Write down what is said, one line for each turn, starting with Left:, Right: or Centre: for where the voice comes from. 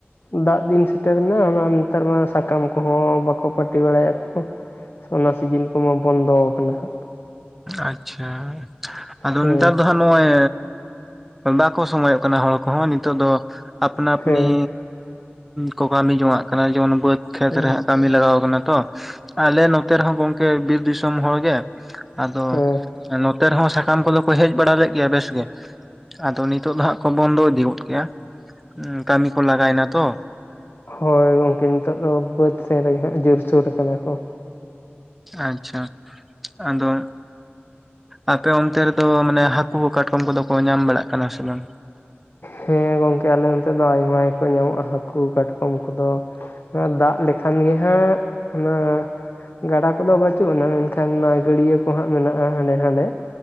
Left: ᱫᱟᱜ ᱫᱤᱱ ᱥᱮᱴᱮᱨᱮᱱᱟ ᱚᱱᱟ ᱱᱮᱛᱟᱨ ᱢᱟ ᱥᱟᱠᱟᱢ ᱠᱚᱸᱦᱚ ᱵᱟᱠᱚ ᱯᱟᱴᱤ ᱵᱟᱲᱟᱭᱟᱠᱩ᱾ ᱚᱱᱟ ᱥᱤᱡᱤᱱ ᱠᱚᱢᱟ ᱵᱚᱱᱫᱚ ᱠᱟᱱᱟ ᱦᱟᱸᱜ᱾
Centre: ᱟᱪ-ᱪᱷᱟ ᱟᱫᱚ
Left: ᱦᱮᱸ
Centre: ᱱᱮᱛᱟᱨ ᱫᱚ ᱦᱟᱸᱜ ᱱᱚᱜ-ᱚᱭ ᱵᱟᱠᱚ ᱥᱚᱢᱚᱭᱚᱜ ᱠᱟᱱᱟ ᱦᱚᱲ ᱠᱚᱦᱚᱸ ᱱᱤᱛᱚᱜ ᱫᱚ ᱟᱯᱱᱟ ᱟᱹᱯᱱᱤ
Left: ᱦᱮᱸ
Centre: ᱠᱚ ᱠᱟᱢᱤ ᱡᱚᱝᱟᱜ ᱠᱟᱱᱟ ᱡᱮᱢᱚᱱ ᱵᱟᱹᱫᱽ ᱠᱷᱮᱛ
Left: ᱦᱮᱸ
Centre: ᱨᱮ ᱠᱟᱹᱢᱤ ᱞᱟᱜᱟᱣ ᱠᱟᱱᱟ ᱛᱚ ᱟᱞᱮ ᱱᱚᱛᱮ ᱨᱮᱦᱚᱸ ᱜᱚᱢᱠᱮ ᱵᱤᱨ ᱫᱤᱥᱚᱢ ᱦᱚᱲ ᱜᱮ ᱟᱫᱚ
Left: ᱦᱮᱸ
Centre: ᱱᱚᱛᱮ ᱨᱮᱦᱚᱸ ᱥᱟᱠᱟᱢ ᱠᱚᱫᱚ ᱠᱚ ᱦᱮᱡ ᱵᱟᱲᱟ ᱞᱮᱫ ᱜᱮᱭᱟ ᱵᱮᱥ ᱜᱮ, ᱟᱫᱚ ᱱᱤᱛᱚᱜ ᱫᱚ ᱦᱟᱸᱜ ᱠᱚ ᱵᱚᱱᱫᱚ ᱤᱫᱤ ᱜᱚᱫ ᱠᱮᱜᱼᱟ ᱠᱟᱹᱢᱤ ᱠᱚ ᱞᱟᱜᱟᱭ ᱮᱱᱟ ᱛᱚ᱾
Left: ᱦᱳᱭ ᱜᱚᱝᱠᱮ ᱱᱤᱛᱚᱜ ᱫᱚ ᱵᱟᱹᱫᱽ ᱥᱮᱱ ᱨᱮᱜᱮ ᱦᱟᱸᱜ ᱡᱳᱨ ᱥᱳᱨ ᱠᱟᱱᱟ ᱠᱚ᱾
Centre: ᱟᱪᱪᱷᱟ ᱟᱫᱚᱼᱼ ᱟᱯᱮ ᱚᱱᱛᱮ ᱨᱮᱫᱚ ᱢᱟᱱᱮ ᱦᱟᱹᱠᱩ ᱠᱟᱴᱠᱚᱢ ᱠᱚᱫᱚ ᱠᱚ ᱧᱟᱢ ᱵᱟᱲᱟᱜ ᱠᱟᱱᱟ ᱥᱮ ᱵᱟᱝ?
Left: ᱦᱮᱸ ᱜᱚᱝᱠᱮ ᱟᱞᱮ ᱱᱚᱱᱚᱛᱮ ᱫᱚ ᱟᱭᱢᱟ ᱜᱮᱠᱚ ᱧᱟᱢᱚᱜᱼᱟ ᱦᱟᱹᱠᱩ ᱠᱟᱴᱠᱚᱢ ᱠᱚᱫᱚ᱾ ᱚᱱᱟ ᱫᱟᱜ ᱞᱮᱠᱷᱟᱱ ᱜᱮ ᱦᱟᱸᱜ ᱚᱱᱟ ᱜᱟᱰᱟ ᱠᱚᱫᱚ ᱵᱟᱹᱪᱩᱜ ᱟᱱᱟ ᱢᱮᱱᱠᱷᱟᱱ ᱚᱱᱟ ᱜᱟᱹᱰᱭᱟᱹ ᱠᱚ ᱦᱟᱸᱜ ᱢᱮᱱᱟᱜᱼᱟ ᱦᱟᱸᱰᱮ ᱱᱟᱸᱰᱮ᱾